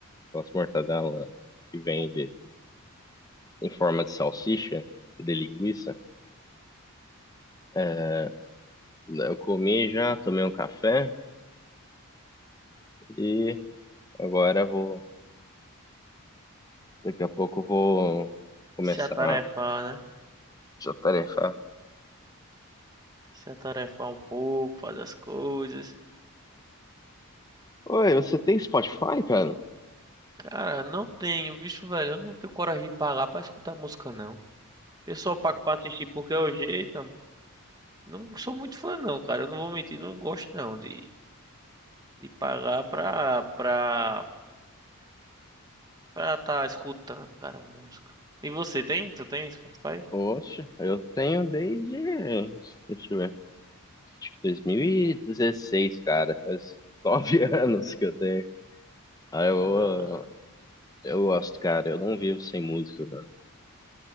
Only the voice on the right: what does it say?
Se atarefar, né?
Se atarefar um pouco, fazer as coisas.
Cara, não tenho, bicho, velho, eu não tenho coragem de pagar pra escutar música, não. Eu só pago pra assistir porque é o jeito. Não sou muito fã, não, cara. Eu não vou mentir, não gosto não de, de pagar pra, pra, pra tá escutando, cara, música. E você tem? Tu tem Spotify?
Ah,